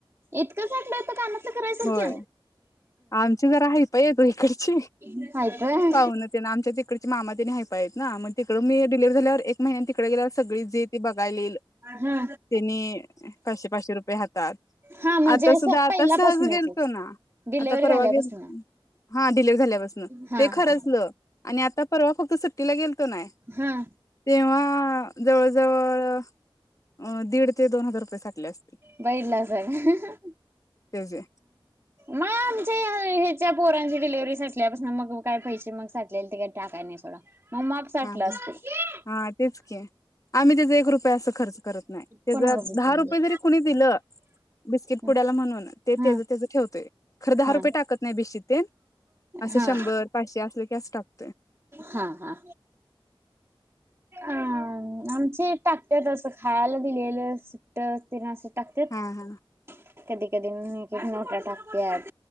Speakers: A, on the right; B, on the left.
A: इतकं साठलेत कानातलं कराय सारख्या
B: होय आमची जरा हायफाय हायती वो इकडची
A: ह आहेत व्हय
B: पावनं न ते आमच्या तिकडची मामा त्यांनी हायत आहेत ना मग तिकड मी हे डिलेवरी झाल्यावर एक महिन्यानी तिकडे गेल्यावर सगळी जी ती बघायला यिल
A: हा
B: तेंनी पाचशे, पाचशे रुपये हातात
A: हा म्हणजे
B: आता सुद्धा
A: असं
B: आता
A: पहिल्यापासूनचच
B: सहज गेलतो ना
A: डिलेव्हरी
B: आता परवा
A: झाल्यापासून
B: गेल हा डिलेवरी झाल्यापस्न
A: हा
B: ते खरंचलं
A: हा
B: आणि आता परवा फक्त तीला गेलतो नाय
A: हा
B: तेव्हा जवळ, जवळ अ दीड ते दोन हजार रुपये साटल्यात
A: बघितलासा का
B: त्याचे
A: म आम ह्याच्या पोरांची डिलिव्हरी साटल्यापासून मग काय पैसे मग साटले ते काही टाकाय नाही सोडा मं माप साटलं
B: हा
A: असतील
B: हा तेच की आम्ही त्याचा एक रुपये असं खर्च करत नाही त्याचं
A: कोणावर बोलते
B: दहा रुपये जरी कुणी दिलं बिस्किट
A: हा
B: म्हणून तेज,
A: हा
B: तेज ठेवतोय खरं दहा
A: हा
B: रुपये टाकत नाही बिशीतेन असं
A: हा
B: शंभर पाचशे असले की अस टाकतो
A: हा, हा अ आमचे टाकट्या खायला दिलेलं सुट्ट येन असं टाकतेत
B: हा हा
A: कधी कधी मी नोट्या टाकत्यात